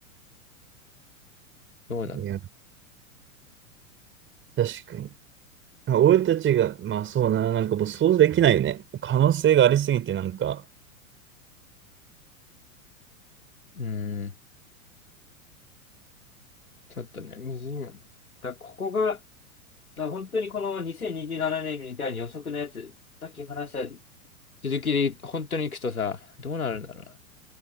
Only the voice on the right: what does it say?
いや、確かに。あ俺たちが、まあそうな、なんかもう想像できないよね。可能性がありすぎてなんか、